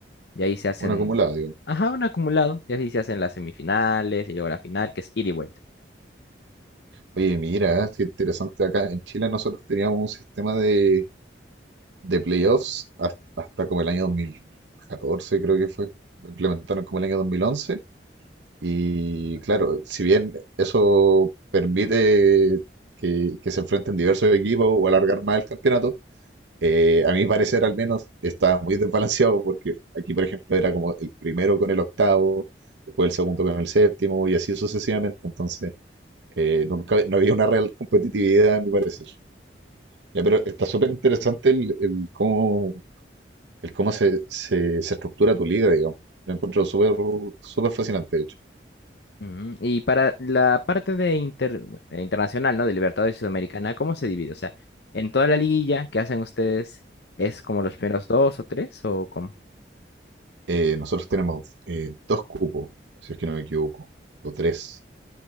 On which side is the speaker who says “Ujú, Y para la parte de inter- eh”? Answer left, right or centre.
Left